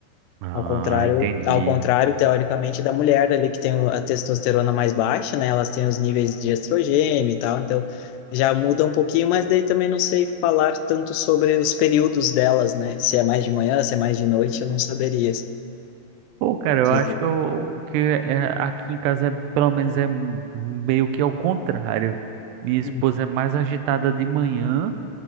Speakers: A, on the right (about 85°); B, on the left (about 85°).
A: Ah,
B: Ao contrário,
A: entendi.
B: ao contrário, teoricamente, da mulher ali que tem o- a testosterona mais baixa, né? Elas têm os níveis de estrogênio e tal, então já muda um pouquinho, mas daí também não sei falar tanto sobre os períodos delas, né? Se é mais de manhã, se é mais de noite, eu não saberia
A: Pô, cara, eu
B: dizer.
A: acho que, eu, que é- aqui em casa, é- pelo menos, é m- meio que ao contrário. Minha esposa
B: Hum,
A: é mais agitada de manhã,